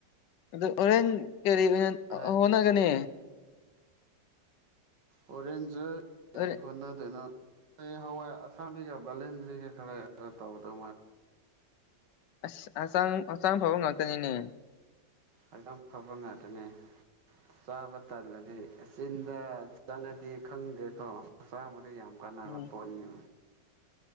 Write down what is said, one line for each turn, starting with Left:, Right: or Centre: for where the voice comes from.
Left: ꯑꯗꯨ ꯑꯣꯔꯦꯟ ꯀꯔꯤ ꯑꯣꯏꯅ
Right: ꯍꯥꯏꯗꯨꯅꯤ
Left: ꯍꯣꯠꯅꯒꯅꯤ
Right: ꯑꯣꯔꯦꯟꯖ
Left: ꯍꯣꯔꯦꯟ
Right: ꯍꯣꯠꯅꯗꯨꯅ ꯑꯩ ꯍꯋꯥꯏ ꯑꯁꯥꯕꯤꯒ ꯕꯂꯦꯟꯗ꯭ꯔꯤꯒ ꯈꯔ ꯇꯧꯕꯗ
Left: ꯑꯁ ꯑꯁꯥꯝ ꯑꯁꯥꯝ ꯐꯥꯎꯕ ꯉꯥꯛꯇꯅꯤꯅꯦ
Right: ꯍꯛꯆ ꯐꯕ ꯉꯥꯛꯇꯅꯦ ꯆꯥꯕ ꯇꯜꯂꯗꯤ ꯆꯤꯟꯗ ꯆꯪꯉꯗꯤ ꯈꯪꯗꯦꯀꯣꯛꯆꯥꯡ ꯌꯥꯝ ꯀ ꯅ
Left: ꯎꯝ
Right: ꯄꯣꯅꯤ